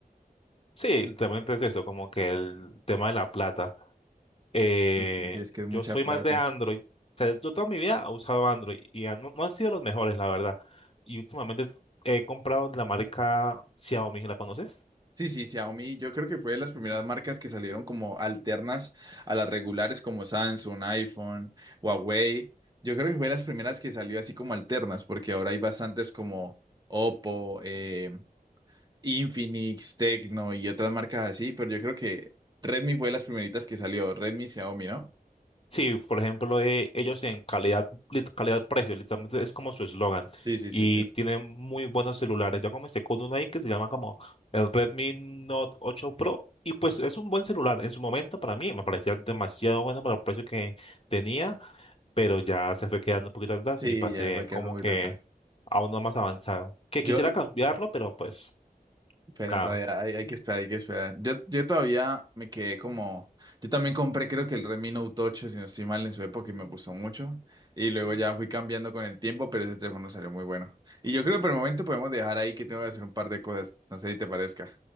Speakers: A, on the left (about 40°); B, on the right (about 25°).
A: Sí, literalmente es eso, como que el tema de la plata. Eh,
B: Sí, sí, sí, es que es mucha
A: yo soy
B: plata.
A: más de Android. O sea, yo toda mi vida he usado Android y han- no, no han sido los mejores, la verdad. Y últimamente he comprado de la marca Xiaomi, ¿la conoces?
B: Sí, sí, Xiaomi, yo creo que fue de las primeras marcas que salieron como alternas a las regulares como Samsung, iPhone, Huawei. Yo creo que fue de las primeras que salió así como alternas, porque ahora hay bastantes como Oppo, eh, Infinix, Tecno y otras marcas así, pero yo creo que Redmi fue de las primeritas que salió, Redmi, Xiaomi, ¿no?
A: Sí, por ejemplo, eh, ellos en calidad, lit- calidad-precio, literalmente es como su eslogan.
B: Sí, sí,
A: Y
B: sí, sí.
A: tienen muy buenos celulares. Yo comencé con uno ahí que se llama como el Redmi Note 8 Pro. Y pues es un buen celular. En su momento para mí me parecía demasiado bueno para el precio que tenía, pero ya se fue quedando un poquito atrás
B: Sí,
A: y pasé
B: ya fue quedando
A: como
B: muy
A: que
B: detrás.
A: a uno más avanzado. Que
B: Yo,
A: quisiera cambiarlo, pero pues
B: Pero
A: nada.
B: todavía hay, hay que esperar, hay que esperar. Yo, yo todavía me quedé como. Yo también compré, creo que el Redmi Note 8, si no estoy mal, en su época y me gustó mucho. Y luego ya fui cambiando con el tiempo, pero ese teléfono salió muy bueno. Y yo creo que por el momento podemos dejar ahí que tengo que hacer un par de cosas. No sé si te parezca.